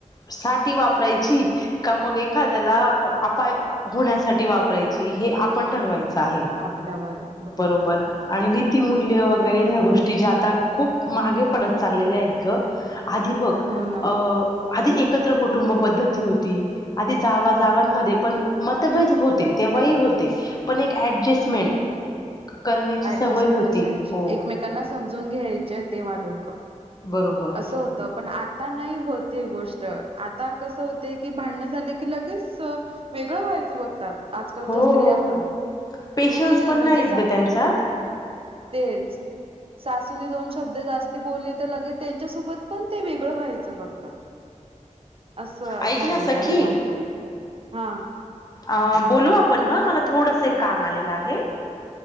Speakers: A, on the left (about 30°); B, on the right (about 45°).
A: साठी वापरायची, का मग, एखाद्याला अपाय होण्यासाठी वापरायची. हे आपण ठरवायचं आहे.
B: आपल्यावर आहे
A: बरोबर. आणि नीतीमूल्य, वगैरे ह्या गोष्टी ज्या आता खूप मागे पडत चाललेल्यायत ग. आधि बघ,
B: हो ना
A: अ आधी एकत्र कुटुंब पद्धती होती. आधी जावा-जावांमध्ये पण मतभेद होते ते तेंव्हा ही होते. पण ऍडजस्टमेंट करण्याची
B: ॲडजस्टमेंट
A: सवय होती
B: असायची.
A: हो
B: एकमेकांना समजून घ्यायच्या, तेव्हा लोक.
A: बरोबर
B: असं होत. पण आता नाही होत ही गोष्ट आता कसं होते की भांडण झाले की, लगेच वेगळं व्हायचं बघतात. आजकालच्या
A: हो
B: स्त्रिया पण.
A: पेशन्स
B: हे की नाही
A: पण
B: म्हणजे
A: नाहीत
B: स
A: ग त्यांच्यात
B: तेच. सासूने दोन शब्द जास्ती बोलले तर, लगेच त्यांच्यासोबत पण ते वेगळं व्हायचं बघ तात. असं
A: ऐक
B: झालेलं
A: ना सखी
B: आहे आता. हा.
A: अ बोलू आपण ह, मला थोडस काम आलेलं आहे.